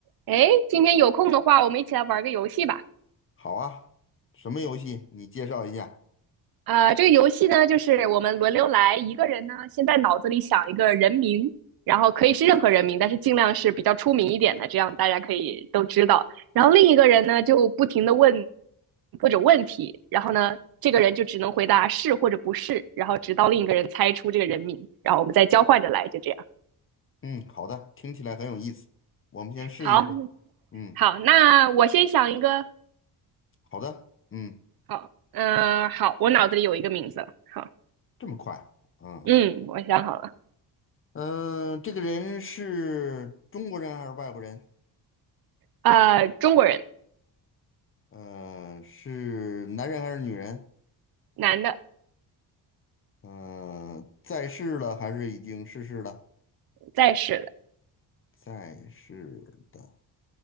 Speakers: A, on the right (about 60°); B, on the left (about 30°).
A: 哎，今天有空的话，我们一起来玩个游戏吧。
B: 好啊，什么游戏？你介绍一下。
A: 啊、这个游戏呢，就是我们轮流来，一个人呢先在脑子里想一个人名，然后可以是任何人名，但是尽量是比较出名一点的，这样大家可以都知道。然后另一个人呢，就不停的问各种问题，然后呢，这个人就只能回答是或者不是，然后直到另一个人猜出这个人名，然后我们再交换着来，就这样。
B: 嗯，好的，听起来很有意思。我们先试一试。
A: 好，
B: 嗯，
A: 好，那我先想一个。
B: 好的。嗯，
A: 好，嗯、好，我脑子里有一个名字了。好，
B: 这么快。嗯
A: 嗯，我想好了。
B: 嗯，呃这个人是中国人还是外国人？
A: 呃，中国人，
B: 呃，是男人还是女人？
A: 男的，
B: 呃，在世了还是已经逝世了？
A: 在世的，
B: 在世的。